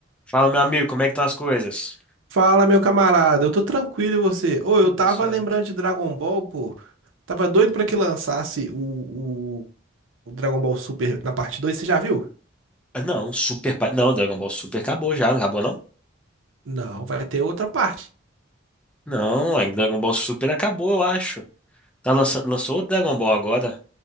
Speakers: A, in the centre; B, on the right.
A: Fala, meu amigo, como é que estão as coisas?
B: Fala, meu camarada, eu tô tranquilo e você? Ô,
A: Tudo
B: eu tava
A: certo.
B: lembrando de Dragon Ball, pô. Tava doido pra que lançasse o, o, o Dragon Ball Super na parte 2. você já viu?
A: Ah, Não, Super. pa- Não, Dragon Ball Super acabou já, não acabou não?
B: Não, vai ter outra parte.
A: Não, ainda Dragon Ball Super acabou, eu acho. Tá lançando, lançou outro Dragon Ball agora,